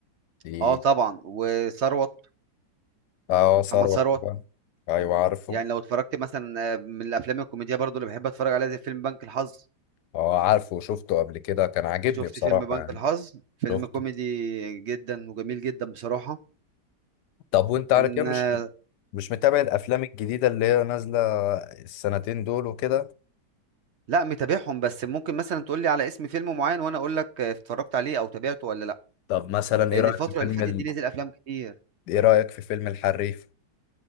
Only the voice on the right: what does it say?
اه طبعا وثروت
محمد ثروت
يعني لو اتفرجت مثلا آه، من الافلام الكوميديه برضو اللي بحب اتفرج عليها زي فيلم بنك الحظ
شفت
فيلم بنك
الحظ فيلم
كوميدي جدا وجميل جدا بصراحه
كان
آه،
لا متابعهم بس ممكن مثلا تقول لي على اسم فيلم معين وانا اقول لك آه، اتفرجت عليه او تابعته ولا لا
لان
الفتره
اللي فاتت
دي نزل افلام كتير